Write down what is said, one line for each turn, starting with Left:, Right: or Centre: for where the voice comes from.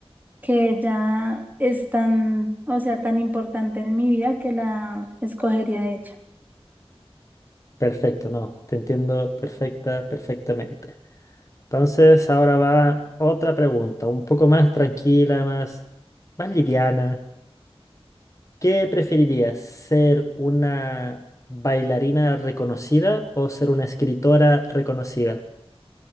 Right: que ella es tan, o sea, tan importante en mi vida que la escogería a ella.
Left: Perfecto, no, te entiendo perfecta, perfectamente. Entonces, ahora va otra pregunta, un poco más tranquila, más, más liviana. ¿Qué preferirías, ser una bailarina reconocida o ser una escritora reconocida?